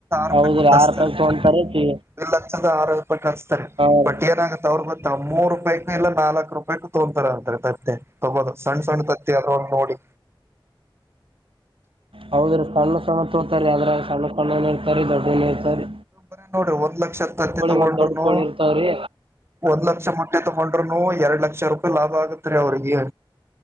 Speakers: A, on the right; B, on the right.
A: ರೂಪಾಯಿ
B: ಹೌದು
A: ಒಂದ್
B: ರೀ
A: ಹಚ್ತಾರಾ.
B: ಆರು ರೂಪಾಯಿ ತೊಗೊಂತಾರೆ ಟಿ
A: ದ ಇಲ್ಲಿ ಆರು ರೂಪಾಯಿ ಹಚ್ತಾರಾ
B: ಹಾಂ
A: ಬಟ್
B: ರೀ
A: ಏನಾಗುತ್ತೆ ಅವ್ರ ಮತ್ತೆ. ಮೂರು ರೂಪಾಯಿು ಇಲ್ಲ ನಾಲ್ಕ್ ರೂಪಾಯು ತೊಂತತಾರ ಅಂತಾರೆ ತತ್ತೆ. ಹಗೋದು ಸಣ್ಣ ಸಣ್ಣ ತತ್ತೇ ಅದರಾಗ ನೋಡಿ.
B: ಹೌದ್ರ ಸಣ್ಣ ಸಣ್ಣ ತೋತಾರೆ ಅದ್ರ ಸಣ್ಣ ಸಣ್ಣು ಇರ್ತಾರೆ ದೊಡ್ಡನು ಇರ್ತರಿ.
A: ಬರ ನೋಡ್ರಿ ಒಂದ್ ಲಕ್ಷ ತತ್ತಿ ತಗೊಂಡ್ರರುನು
B: ಮತ್ತು ದೊಡ್ಡ ಕೋಳಿ ಇರ್ತಾವೆ ರೀ
A: ಒಂದ್ ಲಕ್ಷ ಮಟ್ಟೆ ತೊಂಡ ತಕೊಂಡ್ರನು ಎರಡ್ ಲಕ್ಷ ರೂಪಾಯಿ ಲಾಭ ಆಗತ್ ರೀ ಅವ್ರಿಗೆ.